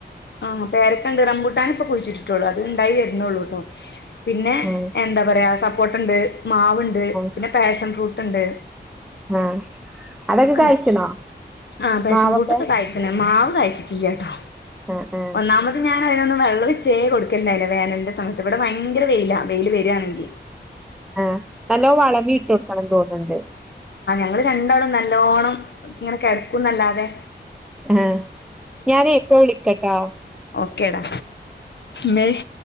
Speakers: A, on the left; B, in the centre.
A: ആ പേരക്ക ഇണ്ട് റംമ്പൂട്ടാൻ ഇപ്പൊ കുഴിച്ചിട്ടിട്ടുള്ളൂ അത് ഇണ്ടായി വരു - ന്നുള്ളൂട്ടോ പിന്നെ
B: ആ
A: എന്താ പറയാ സപ്പോട്ട ഉണ്ട് മാവുണ്ട്
B: ആ
A: പിന്നെ പാഷൻ ഫ്രൂട്ട് ഉണ്ട്
B: ആ അതൊക്കെ
A: ആക്കണ്ട്
B: കഴിച്ചണോ
A: ആ പാഷൻ
B: മാവൊക്കെ
A: ഫ്രൂട്ട് ഒക്കെ ആ കായ്ക്കും മാവ് കാഴ്ച്ചിട്ടില്ല കേട്ടോ
B: ആ ആ
A: ഒന്നാമത് ഞാൻ അതിനൊന്നും വെള്ളം ഒഴിച്ചേ കൊടുക്കണ്ടായില്ല വേനലന്റെ സമയത്ത് ഇവിടെ ഭയങ്കര വെയിലാ വെയില് വരിയാണെങ്കിൽ-
B: ആ നല്ലോ വളം നീ ഇട്ട് കൊടുക്കണം തോന്നുന്നുണ്ട്
A: അത് രണ്ടോളും നല്ലോണം ഇങ്ങനെ കെളയ്ക്കും നന്നല്ലാതെ
B: ആഹ് ഞാനെ ഇപ്പ വിളിക്കാ ട്ടോ
A: ഓക്കേടാ മെയ്-